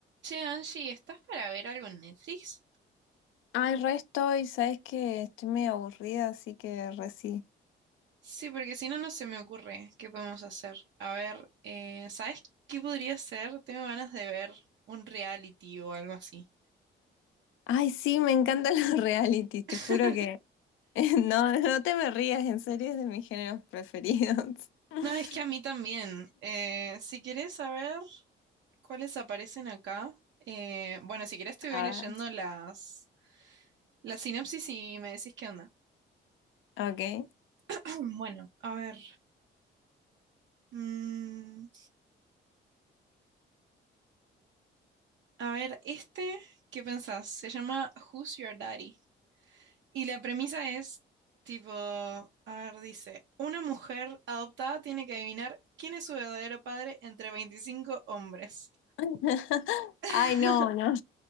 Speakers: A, on the right; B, on the left.
A: Che, Angie, ¿estás para ver algo en Netflix?
B: Ay, re estoy, sabes que estoy medio aburrida, así que re sí.
A: Sí, porque si no, no se me ocurre qué podemos hacer. A ver, eh, ¿sabes qué podría ser? Tengo ganas de ver un reality o algo así.
B: Ay, sí, me encantan los <laughs> reality. te
A: <laughs>
B: juro que <laughs> no, no te me rías, en serio es de mis géneros preferidos. <laughs>
A: No, es que a mí también. Eh, si querés saber cuáles aparecen acá, eh, bueno, si querés te
B: Ah,
A: voy leyendo las, la sinopsis y me decís qué onda.
B: ok.
A: <clears throat> Bueno, a ver. mm, a ver, este, ¿qué pensás? Se llama Who's Your Daddy? Y la premisa es, tipo, a ver, dice, una mujer adoptada tiene que adivinar quién es su verdadero padre entre 25 hombres.
B: <laughs>
A: <laughs>
B: Ay, no, no,